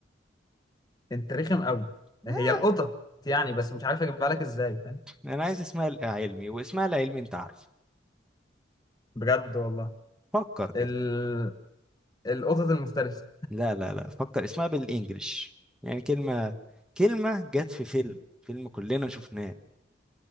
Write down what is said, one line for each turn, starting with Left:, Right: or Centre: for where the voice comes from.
Left: انت رخم قوي هي
Centre: آه،
Left: القطط يعني بس مش عارف اجيبها لك ازاي فاهم
Centre: انا عايز اسمها العلمي واسمها العلمي انت عارفه
Left: بجد والله
Centre: فكر كده
Left: ال... القطط المفترسه
Centre: لا لا لا فكر اسمها بالانجلش يعني كلمة كلمة جت في فيلم فيلم كلنا شفناه